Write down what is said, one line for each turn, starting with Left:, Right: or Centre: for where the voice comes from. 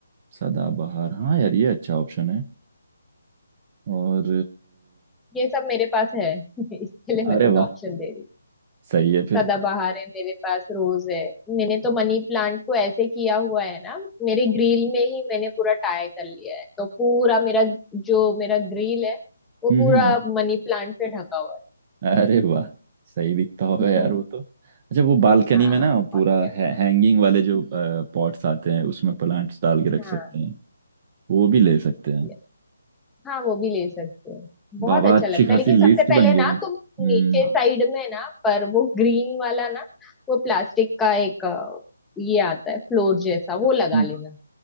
Right: सदाबहार हाँ यार ये अच्छा ऑप्शन है और
Centre: ये सब मेरे पास है <laughs> इसके लिए मैं
Right: अ, अरे
Centre: तुम्हें
Right: वाह
Centre: ऑप्शन दे रही हूँ
Right: सही है फिर
Centre: सदाबहार है मेरे पास रोज है मैंने तो मनी प्लांट को ऐसे किया हुआ है ना मेरे ग्रिल में ही मैंने पूरा टाई कर लिया है तो पूरा मेरा जो मेरा ग्रिल है वो
Right: हम्म
Centre: पूरा मनी प्लांट से ढका हुआ है
Right: अरे वाह सही दिखता होगा
Centre: <laughs>
Right: यार वो तो अच्छा वो बालकनी
Centre: हाँ
Right: में ना
Centre: बहुत
Right: पूरा
Centre: प्यारा
Right: है,
Centre: है।
Right: हैंगिंग वाले
Centre: हम्म।
Right: जो पॉट्स आते हैं उसमें प्लांट्स डाल के रख
Centre: हाँ
Right: सकते हैं वो भी ले सकते हैं
Centre: ये- हाँ वो भी ले सकते हो बहुत
Right: बाबा
Centre: अच्छा
Right: अच्छी
Centre: लगता
Right: खासी
Centre: है लेकिन
Right: लिस्ट
Centre: सबसे पहले
Right: बन गई
Centre: ना
Right: हम्म
Centre: तुम नीचे साइड में ना पर वो ग्रीन वाला ना वो प्लास्टिक का एक अ, ये आता है फ्लोर जैसा वो लगा
Right: हम्म,
Centre: लेना